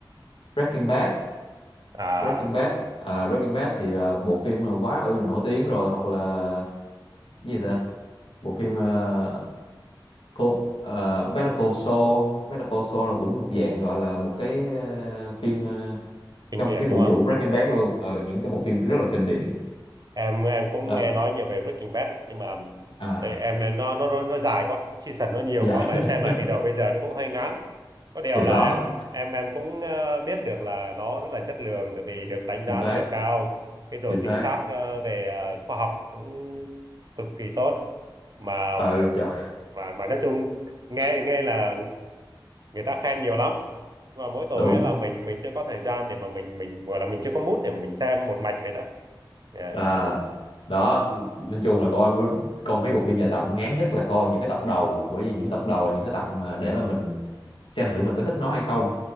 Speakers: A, on the left; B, on the right.
A: Breaking Bad
B: À
A: Breaking Bad à, Breaking Bad thì là bộ phim là quá ư là nổi tiếng rồi hoặc là cái gì ta bộ phim ờ, cô ờ, Better Call Saul Better Call Saul là cũng một dạng gọi là một cái ờ, phim ờ,
B: kinh
A: trong
B: điển
A: cái vũ
B: đúng không?
A: trụ của Breaking Bad luôn ờ những cái bộ phim rất là kinh điển
B: em em cũng
A: đó
B: nghe nói nhiều về Breaking Bad nhưng mà
A: à
B: tại em nó nó nó, nó dài quá season nó nhiều
A: dạ
B: quá mà xem
A: <laughs>
B: lại từ đầu bây giờ nó cũng hơi ngán có điều
A: thì
B: là
A: đó
B: em em em cũng ờ, biết được là nó rất là chất lượng tại vì được đánh giá
A: chính xác
B: rất là cao cái độ
A: chính xác
B: chính xác ờ, về ờ, khoa học cũng cực kỳ tốt mà
A: ừ trời
B: mà mà nói chung nghe thì nghe là người ta khen nhiều lắm mà mỗi tội
A: đúng
B: ấy là mình mình chưa có thời gian để mà mình mình gọi là mình chưa có mood để mình xem một mạch vậy đó yeah
A: à đó nói chung là coi coi mấy bộ phim dài tập ngán nhất là coi những cái tập đầu bởi vì những tập đầu là những cái tập mà để mà mình xem thử mình có thích nó hay không